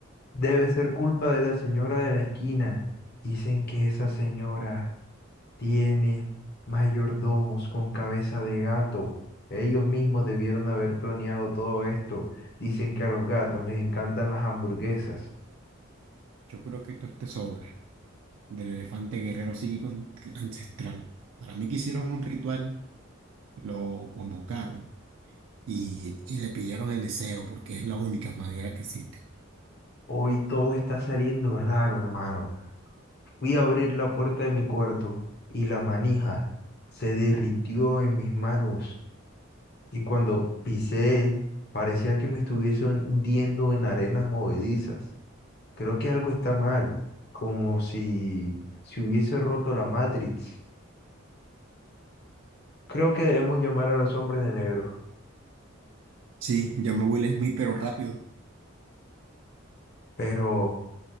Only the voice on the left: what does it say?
debe ser culpa de la señora de la esquina. Dicen que esa señora tiene mayordomos con cabeza de gato. Ellos mismos debieron haber planeado todo esto. Dicen que a los gatos les encantan las hamburguesas.
Hoy todo está saliendo raro, hermano. Fui a abrir la puerta de mi cuarto y la manija se derritió en mis manos y cuando pisé parecía que me estuviese hundiendo en arenas movedizas. Creo que algo está mal, como si se hubiese roto la Matrix. Creo que debemos llamar a los hombres de negro.
Pero,